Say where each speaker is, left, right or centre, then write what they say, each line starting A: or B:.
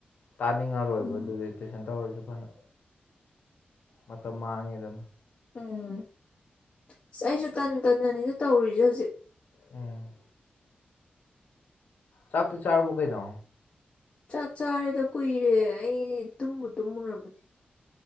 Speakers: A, on the left; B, on the left.
A: ꯇꯥꯅꯤꯡꯉꯔꯣꯏꯕ
B: ꯎꯝ
A: ꯑꯗꯨꯗꯤ ꯇꯨꯏꯁꯟ ꯇꯧꯔꯁꯨ ꯐꯅ ꯃꯇꯝ ꯃꯥꯡꯉꯦꯗꯅ
B: ꯎꯝ ꯑꯁ ꯑꯩꯁꯨ ꯇꯟ ꯇꯟꯅꯅꯤꯗ ꯇꯧꯔꯤꯁꯦ ꯍꯧꯖꯤꯛ
A: ꯎꯝ ꯆꯥꯛꯇꯤ ꯆꯥꯔꯕꯣ ꯀꯩꯅꯣ
B: ꯆꯥꯛ ꯆꯥꯔꯦꯗ ꯀꯨꯏꯔꯦ ꯑꯩ ꯇꯨꯝꯕꯨ ꯇꯨꯝꯃꯨꯔꯕꯅꯦ